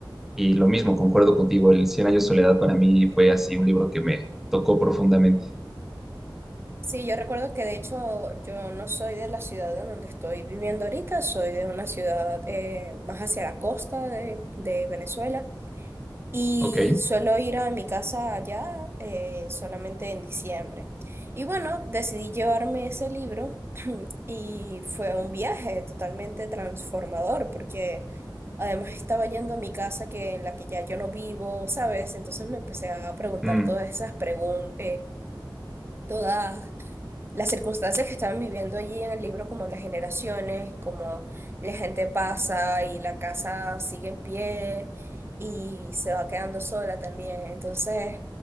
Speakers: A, in the centre; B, on the right (about 30°).
A: Y lo mismo, concuerdo contigo, el Cien años de soledad para mí fue así un libro que me tocó profundamente.
B: Sí, yo recuerdo que de hecho yo no soy de la ciudad en donde estoy viviendo ahorita, soy de una ciudad eh, más hacia la costa de, de Venezuela y
A: Ok,
B: suelo ir a mi casa allá eh, solamente en diciembre. Y bueno, decidí llevarme ese libro <clears throat> y fue un viaje totalmente transformador porque Además estaba yendo a mi casa que en la que ya yo no vivo, ¿sabes? Entonces me empecé a preguntar
A: mm,
B: todas esas preguntas, todas las circunstancias que estaban viviendo allí en el libro, como las generaciones, como la gente pasa y la casa sigue en pie y se va quedando sola también. Entonces,